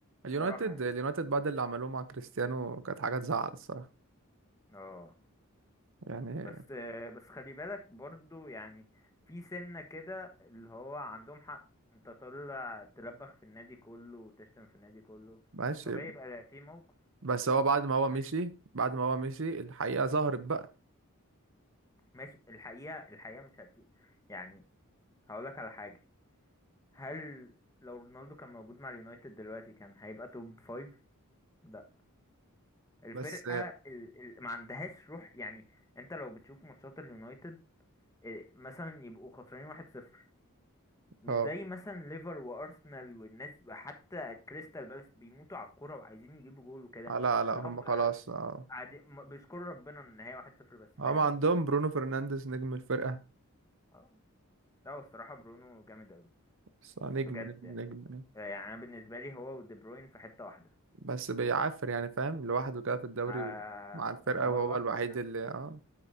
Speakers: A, on the right; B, on the left.
A: اليونايتد
B: بصراحة يعني
A: اليونايتد بعد اللي عملوه مع كريستيانو كانت حاجة تزعل الصراحة
B: اه
A: يعني
B: بس بس خلي بالك برضو يعني في سنة كده اللي هو عندهم حق انت طالع تلبخ في النادي كله وتشتم في النادي كله
A: ماشي
B: طبيعي يبقى في موقف
A: بس هو بعد ما هو مشي
B: فاهم؟
A: بعد ما هو مشي الحقيقة ظهرت بقى
B: ماشي الحقيقة الحقيقة مش هتفيد يعني هقولك على حاجة هل لو رونالدو كان موجود مع اليونايتد دلوقتي كان هيبقى توب فايف لا الفرقة
A: بس
B: ال... ال... ما عندهاش روح يعني انت لو بتشوف ماتشات اليونايتد إيه، مثلا يبقوا خسرانين 1-0 مش
A: اه
B: زي مثلا ليفر وارسنال والناس حتى كريستال بالاس بيموتوا على الكوره وعايزين يجيبوا جول وكده
A: آه، لا لا
B: لهم
A: هم خلاص اه
B: قاعدين ما- بيشكروا ربنا ان هي 1-0 بس
A: هم
B: فاهم
A: عندهم برونو فرنانديز نجم الفرقة
B: اه لا هو الصراحه برونو جامد قوي
A: بس آه، نجم
B: بجد
A: نجم
B: يعني
A: نجم
B: يعني انا بالنسبه لي هو ودي بروين في حته واحده
A: بس بيعافر يعني فاهم لوحده كده في الدوري
B: آه،
A: ومع الفرقة
B: اما هو
A: وهو
B: لوحده
A: الوحيد
B: فعلا.
A: اللي اه